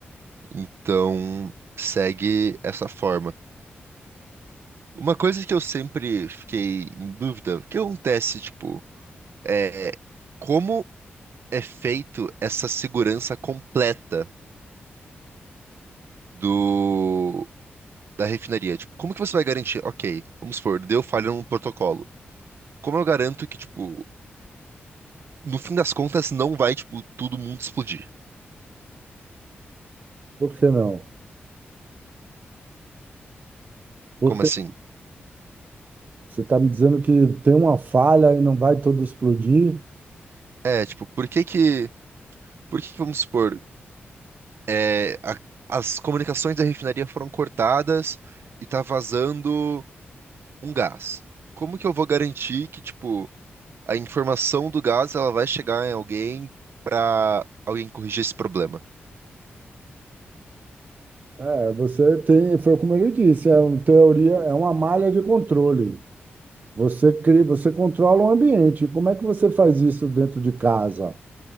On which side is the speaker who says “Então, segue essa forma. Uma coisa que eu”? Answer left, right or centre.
Right